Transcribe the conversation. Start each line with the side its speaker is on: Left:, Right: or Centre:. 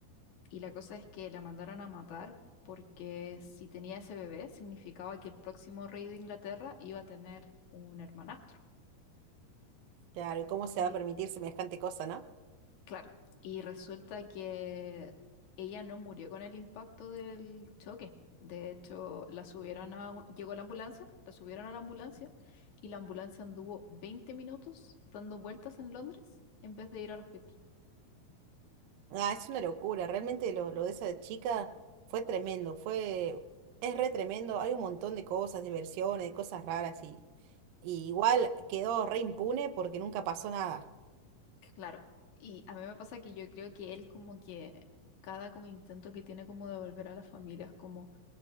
Left: Y la cosa es que la mandaron a matar porque si tenía ese bebé significaba que el próximo rey de Inglaterra iba a tener un hermanastro.
Right: Claro, ¿y cómo se
Left: Y
Right: va a permitir semejante cosa, no?
Left: claro, y resulta que ella no murió con el impacto del choque. De hecho, la subieron a un- llegó la ambulancia, la subieron a la ambulancia y la ambulancia anduvo 20 minutos dando vueltas en Londres en vez de ir al hospital.
Right: Ah, es una locura, realmente lo, lo de esa chica fue tremendo, fue, es re tremendo, hay un montón de cosas, de versiones, de cosas raras y, y igual quedó re impune porque nunca pasó nada.
Left: Claro, y a mí me pasa que yo creo que él como que cada como intento que tiene como de volver a la familia es como,